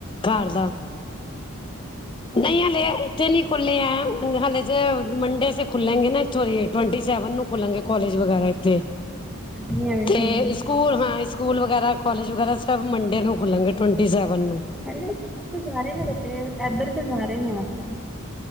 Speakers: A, on the left; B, in the centre.
A: ਘਰ ਦਾ। ਨਹੀਂ ਹਲੇ ਇੱਥੇ ਨੀ ਖੁੱਲੇ ਹੈ ਹਲੇ ਤੇ ਮੰਡੇ ਸੇ ਖੁੱਲੇਗੇ ਨਾ। <unintelligible> ਟਵੰਟੀ ਸੈਵਨ ਨੂੰ ਖੁੱਲਣਗੇ ਕਾਲਜ ਵਗੈਰਾ ਇੱਥੇ,
B: ਵੀ ਐਵੇਂ
A: ਤੇ
B: ਖੁੱਲੇ ਨੇ
A: ਸਕੂਲ ਹਾਂ ਸਕੂਲ ਵਗੈਰਾ ਕੋਲਿਜ ਵਗੈਰਾ ਸਭ ਮੰਡੇ ਨੂੰ ਖੁੱਲਣਗੇ ਟਵੰਟੀ ਸੈਵਨ ਨੂੰ।
B: ਤਾਂ ਜਾ ਰਹੇ ਨੇ ਬੱਚੇ ਇੱਧਰ ਤਾਂ ਜਾ ਰਹੇ ਨੇ ਮਤਲਬ